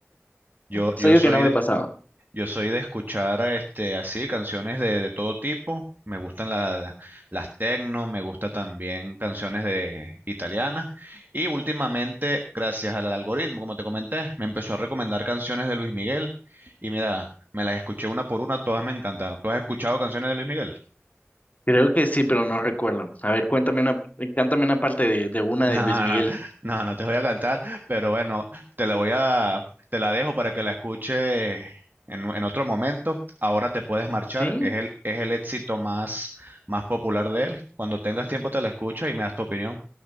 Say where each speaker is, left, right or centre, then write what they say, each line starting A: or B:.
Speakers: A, on the right; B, on the left.
A: Yo,
B: Es
A: yo
B: algo
A: soy,
B: que no me ha pasado?
A: Yo soy de escuchar este así canciones de, de todo tipo. Me gustan la- la- las techno. me gusta también canciones de italianas. Y últimamente, gracias al algoritmo, como te comenté, me empezó a recomendar canciones de Luis Miguel. Y mira, me las escuché una por una, todas me encantaron. ¿Tú has escuchado canciones de Luis Miguel?
B: Creo que sí, pero no recuerdo. A ver, cuéntame una, cántame una parte de, de una
A: No,
B: de Luis Miguel.
A: no, no, no te voy a cantar, pero bueno, te la voy a, te la dejo para que la escuche en, en otro momento. Ahora te puedes marchar,
B: ¿Sí?
A: es el, es el éxito más, más popular de él. Cuando tengas tiempo te la escuchas y me das tu opinión.